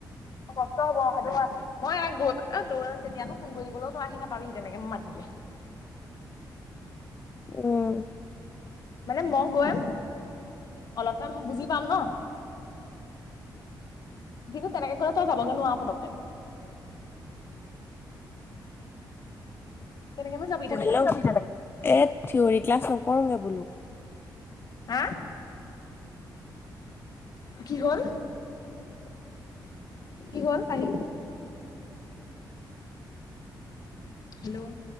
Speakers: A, on the left; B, on the left.
A: অ কষ্ট হব সেইটোৱে। মই গ'ত তই তেতিয়া আকৌ ফোন কৰিবলৈ তই আহি নাপাবিহি তেনেকে মই মাত দিলে।
B: উম।
A: মানে মই গৈম অলপমান মই বুজি পাম ন। কিন্তু তেনেকে গলে তই যাবগে নোৱাৰ পতককে।
B: হেল্ল',
A: কেনেকেনো যাবি
B: এ
A: তেনেকে পতককে
B: থিয়ৰী
A: যাবলে
B: ক্লাছ নকৰোংগে বোলো।
A: হাঁ, কি হ'ল? কি হ'ল পাহি? হেল্ল'